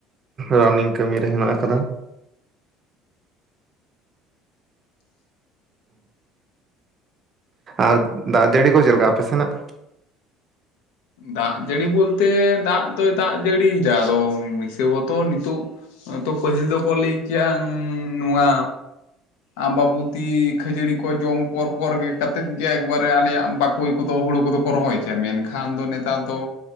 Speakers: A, on the right; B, on the left.
A: ᱨᱟᱱᱤᱝ ᱠᱟᱹᱢᱤ ᱨᱮ ᱦᱮᱱᱟᱜ ᱟᱠᱟᱫᱟ ᱟᱨ ᱫᱟᱜ ᱡᱟᱹᱲᱤ ᱠᱚ ᱪᱮᱫ ᱞᱮᱠᱟ ᱟᱯᱮ ᱥᱮᱱᱟᱜ?
B: ᱫᱟᱜ ᱡᱟᱹᱲᱤ ᱵᱚᱞᱛᱮ ᱫᱟᱜ ᱫᱚᱭ ᱫᱟᱜ ᱡᱟᱹᱲᱤᱭᱮᱫᱟ ᱟᱫᱚ ᱦᱤᱥᱟᱹᱵᱚᱛᱚ ᱱᱤᱛᱚᱜ ᱛᱚ ᱯᱟᱹᱦᱤᱞ ᱫᱚᱠᱚ ᱞᱟᱹᱭ ᱠᱮᱭᱟ ᱱᱚᱣᱟ ᱟᱢᱵᱟᱵᱩᱛᱤ ᱠᱷᱟᱹᱡᱟᱹᱲᱤ ᱠᱚ ᱡᱚᱢ ᱯᱚᱨ ᱯᱚᱨ ᱜᱮ ᱠᱟᱛᱮᱫ ᱜᱮ ᱮᱠᱵᱟᱨᱮ ᱟᱞᱮᱭᱟᱜ ᱵᱟ ᱚᱠᱚᱭ ᱠᱚᱫᱚ ᱦᱩᱲᱩ ᱠᱚᱫᱚ ᱠᱚ ᱨᱚᱦᱚᱭ ᱠᱮᱭᱟ ᱢᱮᱱᱠᱷᱟᱱ ᱫᱚ ᱱᱮᱛᱟᱨ ᱫᱚ